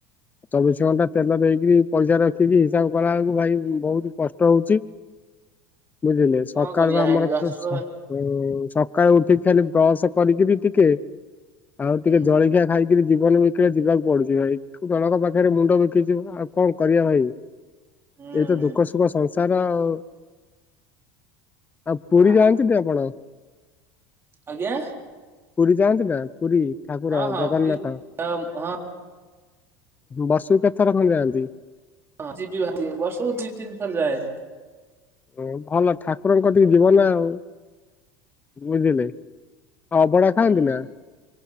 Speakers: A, on the left; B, on the right.
A: ଚବିଶି
B: ହୁଁ
A: ଘଣ୍ଟା ତେଲ ଦେଇକିରି ପଇସା ରଖିକି ହିସାବ କଲା ବେଳକୁ ଭାଇ ବହୁତ କଷ୍ଟ ହଉଛି। ବୁଝିଲେ ସକାଳୁ
B: କଣ କରିବା
A: ବା
B: ହାଇଡ୍ରାଷ୍ଟର
A: ଆମର ସବୁ ସକାଳୁ ଉଠିକି ଖାଲି ବ୍ରସ କରିକି ବି ଟିକେ ଆଉ
B: ହୁଁ
A: ଟିକେ ଜଳଖିଆ ଖାଇକିରି ଜୀବନ ବିକଳେ ଯିବାକୁ ପଡୁଛି ଭାଇ, ଜଣଙ୍କ ପାଖରେ ମୁଣ୍ଡ ବିକିଛୁ ଆଉ କଣ କରିବା ଭାଇ।
B: ହୁଁ
A: ଏଇତ ଦୁଃଖ ସୁଖ ସଂସାର ଆଉ। ଆଉ ପୁରୀ
B: ଆ
A: ଯାଆନ୍ତିନି ଆପଣ?
B: ଆଜ୍ଞା?
A: ପୁରୀ ଯାଆନ୍ତି ନା ପୁରୀ ଠାକୁର
B: ହଁ ହଁ
A: ଜଗନ୍ନାଥ?
B: ପୁରୀ ହଁ ହଁ
A: ବର୍ଷକୁ କେତଥର କଣ ଯାଆନ୍ତି?
B: ହଁ ଯିବି ବାହାରି ବର୍ଷକୁ ଦିଇ ତିନି ଥର ଯାଏ।
A: ହୁଁ ଭଲ ଠାକୁରଙ୍କ କତିକି ଯିବ ନା ଆଉ। ବୁଝିଲେ ଆଉ ଅଭଡା
B: ହୁଁ
A: ଖାଆନ୍ତି ନା?